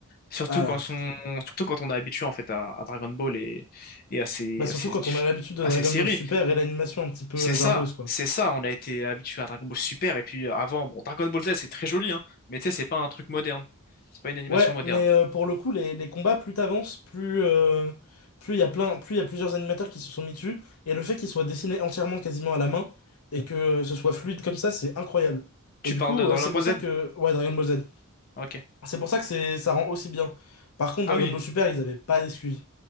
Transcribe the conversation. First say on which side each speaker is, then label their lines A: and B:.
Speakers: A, on the left; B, on the left.
A: surtout
B: Ah,
A: quand son,
B: c'était...
A: surtout quand on est habitué en fait à, à Dragon Ball et, et à ses,
B: Bah, surtout
A: à ses,
B: quand
A: diff-
B: on a l'habitude de
A: à
B: Dragon
A: ses séries.
B: Ball Super et l'animation un petit peu
A: C'est
B: hasardeuse,
A: ça,
B: quoi.
A: c'est ça. On a été habitué à Dragon Ball Super et puis avant, bon, Dragon Ball Z, c'est très joli, hein, mais tu sais, c'est pas un truc moderne, c'est pas une animation
B: Ouais,
A: moderne.
B: mais euh, pour le coup, les, les combats, plus t'avances, plus euh, plus il y a plein, plus il y a plusieurs animateurs qui se sont mis dessus. Et le fait qu'ils soient dessinés entièrement quasiment à la main et que euh, ce soit fluide comme ça, c'est incroyable. Et
A: Tu
B: du
A: parles
B: coup,
A: de Dragon
B: euh, c'est pour
A: Ball
B: ça
A: Z?
B: que. Ouais, Dragon Ball Z.
A: Ok.
B: C'est pour ça que c'est ça rend aussi bien. Par contre,
A: Ah
B: Dragon
A: oui.
B: Ball Super, ils avaient pas d'excuses.